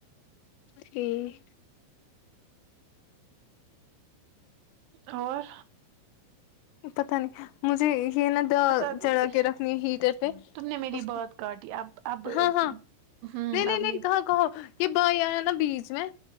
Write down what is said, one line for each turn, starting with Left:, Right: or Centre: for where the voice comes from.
Left: ٹھیک
Right: اور
Left: پتا نہیں مجھے یہ نا دال
Right: پتا
Left: چڑھا
Right: نہیں
Left: کے رکھنی ہیٹر پے
Right: تم نے میری
Left: اس کو
Right: بات کاٹی اب اب
Left: ہاں ہاں
Right: ہوں
Left: نہیں نہیں
Right: اب
Left: نہیں کہاں کہو یہ بھائی آیا نا بیچ میں